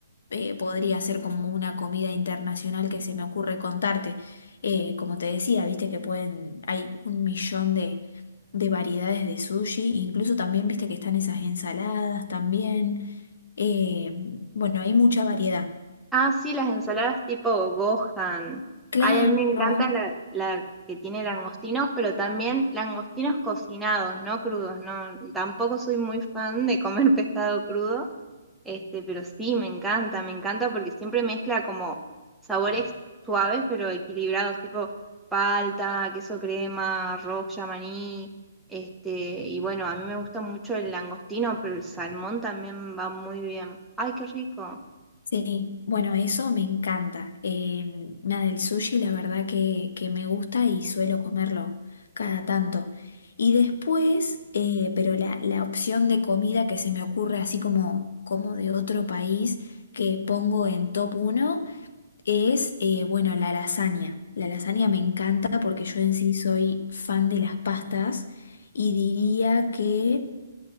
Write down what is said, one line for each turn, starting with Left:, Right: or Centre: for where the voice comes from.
Left: eh, podría ser como una comida internacional que se me ocurre contarte. Eh, como te decía, viste que pueden, hay un millón de, de variedades de sushi, incluso también viste que están esas ensaladas también. Eh, bueno, hay mucha variedad.
Centre: Ah, sí, las ensaladas tipo Gohan.
Left: Claro,
Centre: Ay, a mí me encanta la, la que tiene langostinos, pero también langostinos cocinados, no crudos. No, tampoco soy muy fan de comer <laughs> pescado crudo, este, pero sí, me encanta, me encanta porque siempre mezcla como sabores suaves pero equilibrados, tipo palta, queso crema, arroz, maní, este, y bueno, a mí me gusta mucho el langostino, pero el salmón también va muy bien. Ay, qué rico.
Left: Sí, bueno, eso me encanta. Em, nada, el sushi la verdad que, que me gusta y suelo comerlo cada tanto. Y después, eh, pero la, la opción de comida que se me ocurre así como, como de otro país que pongo en top uno es, eh, bueno, la lasaña. La lasaña me encanta porque yo en sí soy fan de las pastas y diría que...